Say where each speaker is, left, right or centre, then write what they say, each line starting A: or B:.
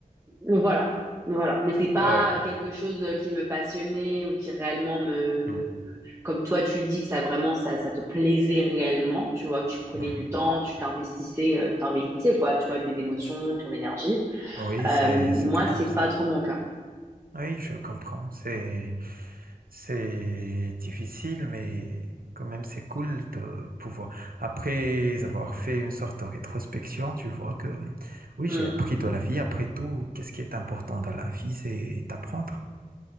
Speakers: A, on the right; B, on the right.
A: Voilà. Voilà, mais c'est pas
B: Oui,
A: quelque chose qui me passionnait ou qui réellement me, me...
B: Mm.
A: comme toi tu le dis que ça vraiment ça, ça te plaisait réellement, tu vois que tu prenais
B: Mhm.
A: du temps, tu t'investissais, euh, t'investissais quoi, tu vois tes émotions, ton énergie.
B: Oui,
A: Euh,
B: c'est, c'était
A: moi
B: comme
A: c'est pas
B: ça.
A: trop mon cas.
B: Oui, je comprends. C'est, c'est difficile, mais quand même, c'est cool de pouvoir. Après avoir fait une sorte de rétrospection, tu vois que oui,
A: Hmm,
B: j'ai appris de la vie. Après tout, qu'est-ce qui est important dans la vie, c'est d'apprendre.